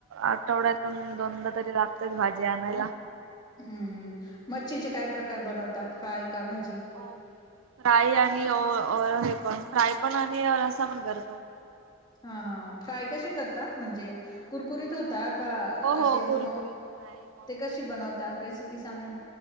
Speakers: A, on the right (about 75°); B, on the left (about 20°).
A: आठवड्यातून दोनदा तरी लागतेच भाजी आणायला
B: हम्म हम् मच्छीचे काय प्रकार बनवतात फ्राय का भाजी
A: फ्राय आली और हे पण फ्राय पण आणि असा पण करतो
B: हा हा फ्राय कसे करता म्हणजे कुरकुरीत होता का
A: हो हो
B: असे
A: कुरकुरीत
B: म
A: नाही मऊ
B: ते कशी
A: नाही होत.
B: बनवता रेसिपी सांगा ना